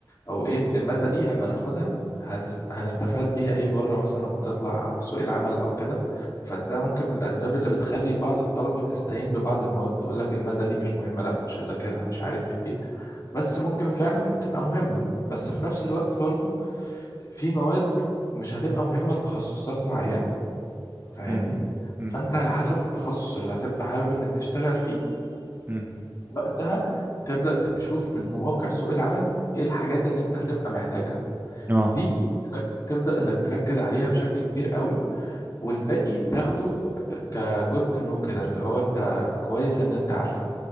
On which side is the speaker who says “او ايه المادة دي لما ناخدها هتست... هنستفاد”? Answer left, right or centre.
Left